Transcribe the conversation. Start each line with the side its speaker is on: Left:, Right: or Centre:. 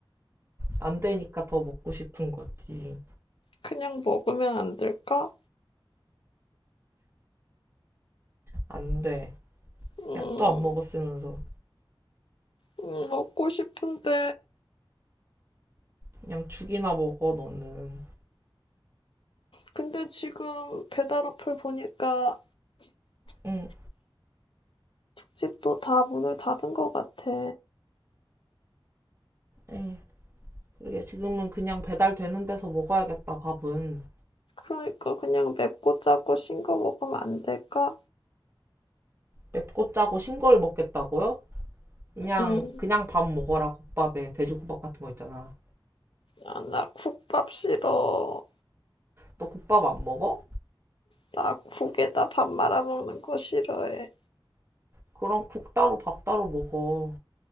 Right: 안 되니까 더 먹고 싶은 거지.
Left: 그냥 먹으면 안 될까?
Right: 안 돼.
Left: 음,
Right: 약도 안 먹었으면서.
Left: 음, 먹고 싶은데
Right: 그냥 죽이나 먹어, 너는.
Left: 근데 지금 배달 어플 보니까
Right: 응,
Left: 죽집도 다 문을 닫은 것 같아.
Right: 에이. 그러게 지금은 그냥 배달되는 데서 먹어야겠다, 밥은.
Left: 그러니까 그냥 맵고 짜고 싱거 먹으면 안 될까?
Right: 맵고 짜고 싱거울 먹겠다고요? 그냥,
Left: 음,
Right: 그냥 밥 먹어라, 국밥에. 돼지국밥 같은 거 있잖아.
Left: 아, 나 국밥 싫어.
Right: 너 국밥 안 먹어?
Left: 나 국에다 밥 말아 먹는 거 싫어해.
Right: 그럼 국 따로 밥 따로 먹어.